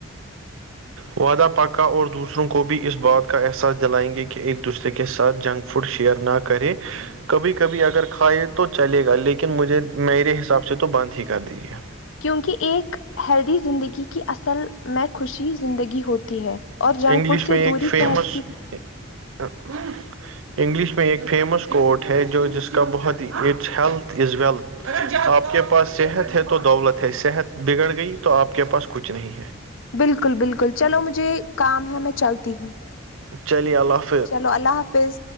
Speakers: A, on the right; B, on the left.
A: وعدہ پکا اور دوسروں کو بھی اس بات کا احساس دلائیں گے کہ ایک دوسرے کے ساتھ جنگ فوٹ شیر نا کرے کبھی کبھی اگر کھائے تو چلے گا لیکن مجھے میرے حساب سے تو بند ہی کر دیجیے
B: کیونکہ ایک ہیلدی زندگی کی اصل میں خوشی زندگی ہوتی ہے اور جنک
A: انگلش
B: فوڈ سے
A: میں
B: دوری
A: ایک فیمس
B: صحت کی
A: <unintelligible> انگلش میں ایک فیمس کوٹ ہے جو جس کا بہت ہی اٹس ہیلتھ از ویلتھ آپ کے پاس صحت ہے تو دولت ہے صحت بگڑ گئی تو آپ کے پاس کچھ نہیں ہے
B: بالکل بالکل چلو مجھے کام ہے میں چلتی ہوں
A: چلیے اللہ حفظ
B: چلو اللہ حافظ